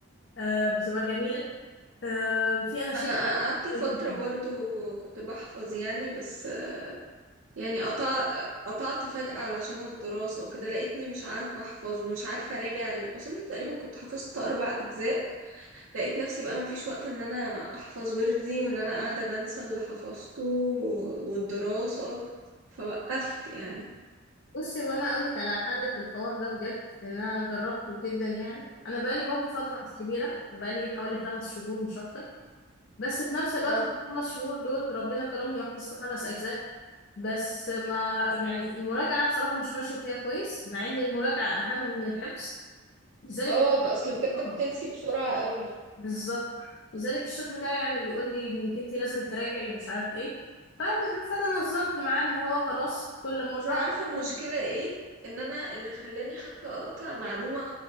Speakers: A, on the left; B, on the right.
A: آه بتبقى جميله آه في اناشيد
B: انا قعدت
A: كتير
B: فترة
A: جدا
B: برضو كنت بحفظ يعني بس يعني قطع قطعت فجأة علشان الدراسة وكده لقيتني مش عارفة احفظ ومش عارفة اراجع ال- وصلت تقريبا كنت حفظت اربع اجزاء لقيت نفسي بقى مفيش وقت ان انا احفظ وردي وان انا قاعدة بنسى اللي حفظته و- والدراسة فوقفت يعني
A: بصي هو انا اقول لك على حل في الحوار ده بجد ان انا جربته جدا يعني انا بقالي برضه فتره مش كبيره بقالي حوالي خمس شهور مش اكتر بس في نفس الوقت
B: اه
A: في الخمس شهور دول ربنا كرمني وحفظت خمس اجزاء بس ما يعني المراجعة بصراحة مش ماشية فيها كويس مع إن المراجعة أهم من الحفظ لذلك
B: اه بقى اصل بجد
A: آه،
B: بتنسي بسرعة قوي
A: بالظبط لذلك الشيخ بتاعي يعني بيقول لي إنك أنت لازم تراجعي ومش عارف إيه ف- فأنا نظمت معاه إن هو خلاص كل مرة
B: بس عارفة المشكلة
A: خد
B: ايه ان انا اللي خلاني حتى اقطع معلومة